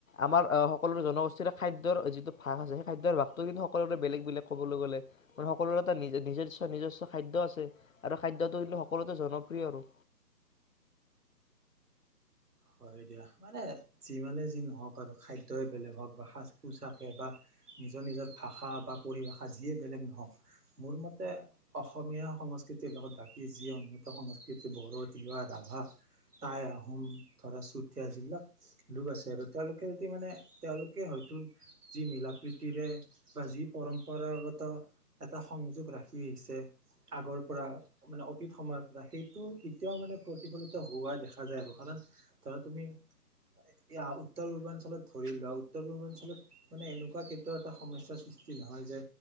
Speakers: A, on the left; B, on the right.
A: আমাৰ সকলোৰে জনগোষ্ঠীৰে খাদ্যৰ যিটো ভাগ আছে সেই খাদ্যৰ ভাগটো কিন্তু সকলোৰে বেলেগ বেলেগ কবলৈ গ'লে মান সকলোৰে এটা নিজস্ব নিজস্ব খাদ্য আছে আৰু খাদ্যটো কিন্তু সকলোতে জনপ্ৰিয় আৰু
B: হয় দিয়া মানে যিমানে যি নহওক আৰু খাদ্যই বেলেগ হওক বা সাজ পোছাকে বা নিজৰ নিজৰ ভাষা বা পৰিভাষা যিয়ে বেলেগ নহওক মোৰ মতে অসমীয়া সংস্কৃতিৰ লগত বাকী যি অন্যতম সংস্কৃতি বড়ো, তিৱা, ৰাভা, টাই, আহোম ধৰা চুতীয়া যিবিলাক লোক আছে আৰু তেওঁলোকে যদি মানে তেওঁলোকে হয়তো যি মিল প্ৰীতিৰে বা যি পৰম্পৰাগত এটা সংযোগ ৰাখি আহিছে আগৰ পৰা মানে অতীত সময়ৰ পৰা সেইটো এতিয়াও মানে প্ৰতিফলিত হোৱা দেখা যায় আৰু কাৰণ ধৰা তুমি উত্তৰ পূৰ্বাঞ্চলত ধৰি লোৱা উত্তৰ পূৰ্বাঞ্চলত মানে এনেকুৱা কেতিয়াও এটা সমস্যাৰ সৃষ্টি নহয় যে